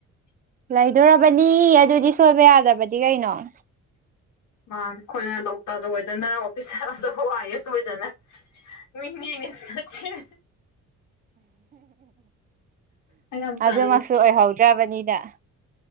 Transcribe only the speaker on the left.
ꯃꯥꯅꯦ ꯑꯩꯈꯣꯏꯅ ꯗꯣꯛꯇꯔꯗ ꯑꯣꯏꯗꯅ ꯑꯣꯐꯤꯁꯥꯔ ꯑꯆꯧꯕ ꯑꯥꯏꯌꯦꯁ ꯑꯣꯏꯗꯅ ꯑꯟꯏꯟꯇꯦꯜꯂꯤꯖꯦꯕꯜ ꯑꯩ ꯌꯥꯝ
ꯇꯜꯂꯦ